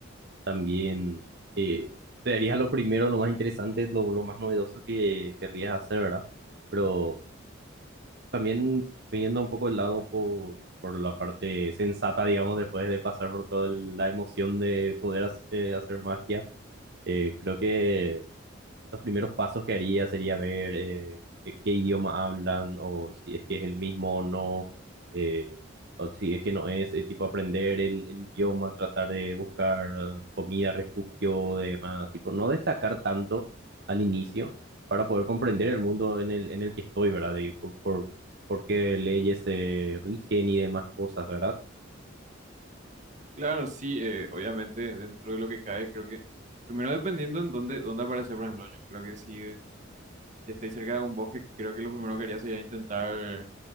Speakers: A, on the right; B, on the right.
A: También eh, sería lo primero, lo más interesante, lo, lo más novedoso que querrías hacer, ¿verdad? Pero también viendo un poco el lado por, por la parte sensata, digamos, después de pasar por toda la emoción de poder hac- eh, hacer magia, eh, creo que los primeros pasos que haría sería ver eh, eh, qué idioma hablan o si es que es el mismo o no, eh, o si es que no es, eh, tipo aprender el, el idioma, tratar de buscar eh, comida, refugio, demás, tipo no destacar tanto al inicio para poder comprender el mundo en el, en el que estoy, ¿verdad? Y por, por, por qué leyes se rigen y demás cosas, ¿verdad?
B: Claro, sí, eh, obviamente, dentro de lo que cae, creo que. Primero, dependiendo en dónde, dónde aparece, por ejemplo, yo creo que si, si estoy cerca de un bosque, creo que lo primero que haría sería intentar,